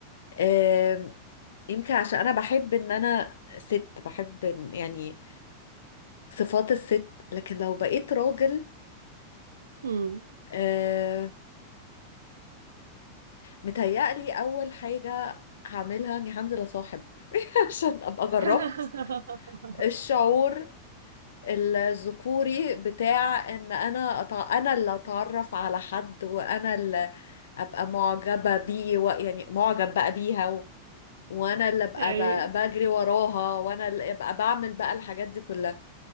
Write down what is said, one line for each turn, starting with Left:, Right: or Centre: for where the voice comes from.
Left: آم، يمكن عشان انا بحب ان انا ست بحب إن- يعني صفات الست لكن لو بقيت راجل
Right: مم.
Left: آم، متهيألي اول حاجة هعملها اني هنزل اصاحب <laughs> عشان ابقى جربت
Right: <laughs>
Left: الشعور الذكوري بتاع ان انا أتع... انا اللي اتعرف على حد وانا اللي ابقى معجبة بيه و... يعني معجب بقى بيها و... وانا اللي ابقى
Right: أي.
Left: ب... بجري وراها وانا اللي ابقى بعمل بقى الحاجات دي كلها